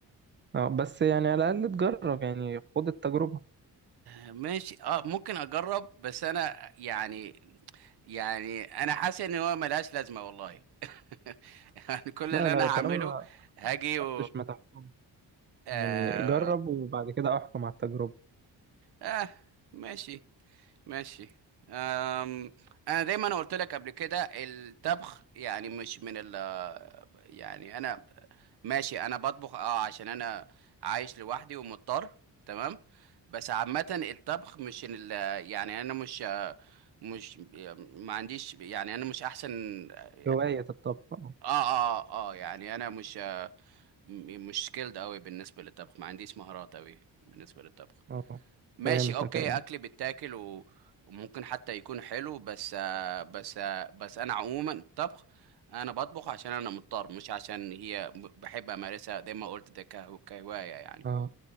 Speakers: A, on the right; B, on the right.
A: اه بس يعني على الأقل تجرب يعني خد التجربة
B: ماشي اه ممكن اجرب بس انا يعني يعني انا حاسس ان هو ملهاش لازمه والله <laughs> يعني كل
A: لا
B: اللي
A: لا
B: انا
A: طالما
B: هعمله هاجي
A: ما جربتش
B: و...
A: ما تحكمش
B: آه,
A: يعني جرب وبعد كده احكم على التجربة
B: آه ماشي ماشي آم أنا دايما قلت لك قبل كده الطبخ يعني مش من ال يعني أنا ماشي أنا بطبخ أه عشان أنا عايش لوحدي ومضطر تمام بس عامة الطبخ مش من ال يعني أنا مش مش ما عنديش يعني أنا مش أحسن آه
A: هواية الطبخ اه
B: آه آه آه، آه، يعني أنا مش مش سكيلد أوي بالنسبة للطبخ ما عنديش مهارات أوي بالنسبة للطبخ
A: اه.
B: ماشي
A: فهمتك
B: اوكي
A: أيوه
B: اكل بيتاكل و... وممكن حتى يكون حلو بس آه، بس آه، بس انا عموما الطبخ انا بطبخ عشان انا مضطر مش عشان هي م- بحب امارسها زي ما قلت ده كهو- كهواية يعني
A: اه